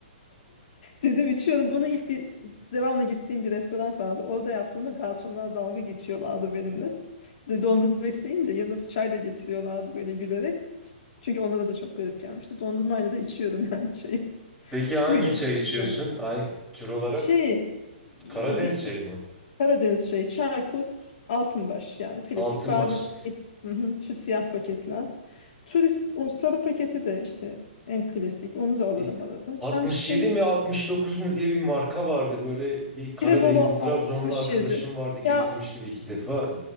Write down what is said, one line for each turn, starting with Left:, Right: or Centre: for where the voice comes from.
Left: Dedim içiyorum. Bunu ilk bir devamlı gittiğim bir restoran vardı. Orada yaptığımda garsonlar dalga geçiyorlardı benimle. De, dondurma isteyince yanına da çay da getiriyorlardı böyle gülerek. Çünkü onlara da çok garip gelmişti. Dondurmayla da içiyorum yani çayı. <laughs>
Centre: Peki hangi
Left: Öyle
Centre: çay
Left: bir
Centre: içiyorsun?
Left: şey.
Centre: Ay, tür olarak
Left: Şey,
Centre: Karadeniz
Left: bir,
Centre: çayı mı?
Left: Karadeniz çayı, Çaykur, Altınbaş yani klasik.
Centre: Altınbaş.
Left: Bazen Hı hı, şu siyah paketler. Turist o sarı paketi de işte en klasik. Onu da alırım
Centre: Bir
Left: arada.
Centre: 67
Left: Çay çiçeğini.
Centre: mi 69 mu diye bir marka vardı. Böyle bir Karadenizli
Left: Tirebolo
Centre: Trabzonlu
Left: altmış
Centre: arkadaşım
Left: yedi
Centre: vardı getirmişti
Left: Ya
Centre: bir iki defa.